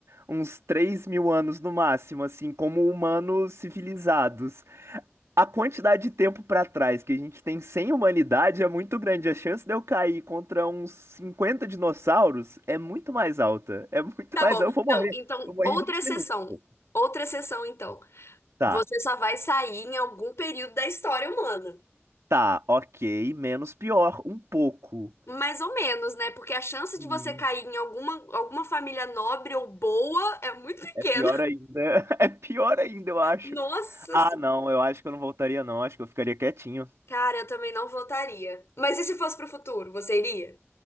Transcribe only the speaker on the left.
tá
bom.
Não,
então,
outra
exceção.
Outra exceção, então.
Você só vai sair em algum período da história humana.
Mais ou menos, né? Porque a chance
de você cair em alguma, alguma família nobre ou boa é muito pequena.
<laughs>
Nossa
senhora.
Cara, eu também não votaria. Mas e se fosse pro futuro, você iria?